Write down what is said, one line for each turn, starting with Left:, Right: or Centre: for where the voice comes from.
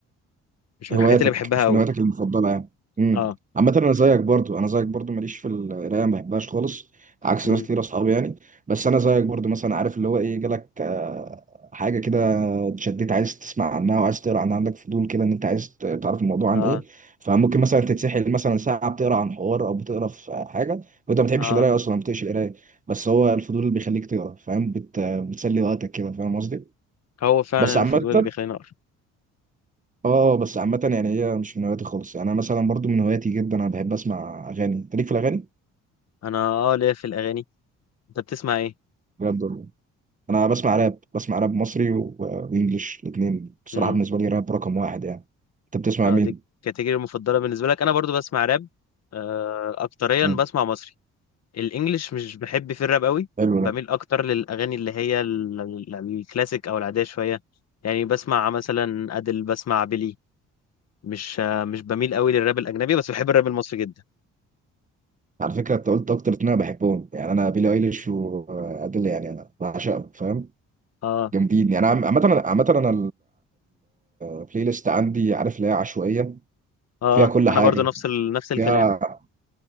Left: مش
Right: هواياتك
Left: من الحاجات اللي بحبها
Right: مش
Left: قوي
Right: من هواياتك المفضلة يعني امم
Left: اه
Right: عامة أنا زيك برضو أنا زيك برضو ماليش في القراية ما بحبهاش خالص عكس
Left: مم.
Right: ناس كتير أصحابي يعني بس أنا زيك برضو مثلا عارف اللي هو إيه جالك آه، حاجة كده اتشديت عايز تسمع عنها وعايز تقرا عنها عندك فضول كده إن أنت عايز ت- تعرف الموضوع
Left: اه
Right: عن إيه فممكن مثلا تتسحل مثلا ساعة بتقرا عن حوار أو بتقرا في حاجة وأنت ما بتحبش
Left: اه
Right: القراية أصلا ما بتقش القراية بس هو الفضول اللي بيخليك تقرا فاهم بت... بتسلي وقتك كده فاهم قصدي
Left: هو فعلا
Right: بس عامة
Left: الفضول اللي بيخليني اقرا
Right: اه بس عامة يعني هي مش من هواياتي خالص يعني انا مثلا برضو من هواياتي جدا انا بحب اسمع اغاني انت ليك في الاغاني؟
Left: انا اه ليا في الاغاني انت بتسمع ايه
Right: بجد والله انا بسمع راب بسمع راب مصري و- وانجليش الاثنين بصراحة
Left: امم
Right: بالنسبة لي راب رقم واحد يعني انت بتسمع
Left: اه
Right: مين؟
Left: دي الكاتيجوري المفضله بالنسبه لك انا برضو بسمع راب آه اكتريا
Right: مم.
Left: بسمع مصري الانجليش مش بحب في الراب قوي
Right: حلو
Left: بميل
Right: ده
Left: اكتر للاغاني اللي هي ال- ال- الكلاسيك او العاديه شويه يعني بسمع مثلا ادل بسمع بيلي مش مش بميل قوي للراب الاجنبي بس بحب الراب المصري جدا
Right: على فكرة انت قلت اكتر اتنين انا بحبهم يعني انا بيلي ايليش وادل يعني انا بعشقهم فاهم؟
Left: اه
Right: جامدين يعني عم- عامة أنا- عامة انا البلاي ليست عندي عارف اللي هي عشوائية
Left: اه
Right: فيها كل
Left: انا
Right: حاجة
Left: برضو نفس ال... نفس الكلام
Right: فيها